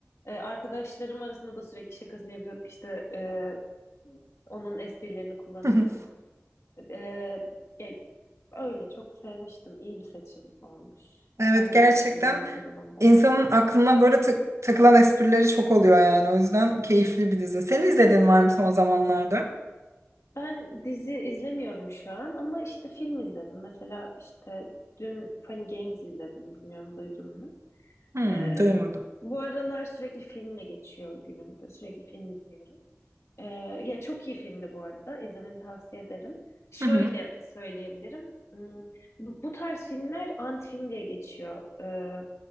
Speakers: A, on the left; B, on the right.
A: Ee, arkadaşlarım arasında da sürekli şakasını yapıyorduk. İşte e, onun esprilerini kullanıyorduk.
B: <laughs>
A: Ee, ya, öyle çok sevmiştim. İyi bir seçim olmuş.
B: Evet
A: Ben
B: gerçekten
A: de başlayacağım yakın zamanda.
B: insanın aklına böyle tak- takılan esprileri çok oluyor yani. O yüzden keyifli bir dizi. Senin izlediğin var mı son zamanlarda?
A: Ben dizi izlemiyorum şu an ama işte film izledim. Mesela işte dün Funny Games izledim. Bilmiyorum duydun mu?
B: Hmm,
A: Ee,
B: duymadım.
A: bu aralar sürekli filmle geçiyor günüm. Böyle Sürekli film izliyorum. Ee, ya çok iyi filmdi bu arada. İzlemeni tavsiye ederim. Şöyle
B: Hı hı.
A: söyleyebilirim. Hmm, bu, bu tarz filmler ant film diye geçiyor. Ee,